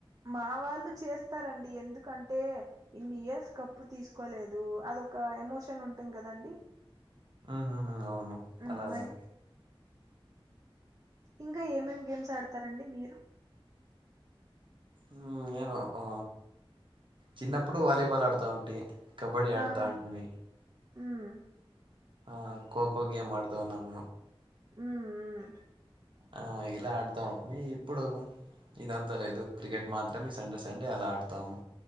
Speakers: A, on the right (about 40°); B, on the right (about 55°).
A: మా వాళ్ళు చేస్తారండి ఎందుకంటే ఇన్ని ఇయర్స్ కప్పు తీసుకోలేదు అదొ క ఎమోషన్ ఉంటుంది కదండి.
B: ఉ ఉ ఉ. అవును
A: ఉమ్
B: అలానుే
A: మరి ఇంకా ఏమేమి గేమ్స్ ఆడతారండి మీరు,
B: ఉ నేను ఉ చిన్నప్పుడు వాలీబాల్ ఆడుతా ఉంటే కబడ్డీ ఆడతాటుంమి
A: ఆహా ఉమ్
B: ఆ ఖోఖో గేమ్ ఆడదావ్ నమ్
A: ఉమ్ ఉమ్
B: ఆ ఇలా అడుతాము మి ఇప్పుడు ఇదంతా లేదు క్రికెట్ మాత్రమే సండే సండే అలా ఆడతాము.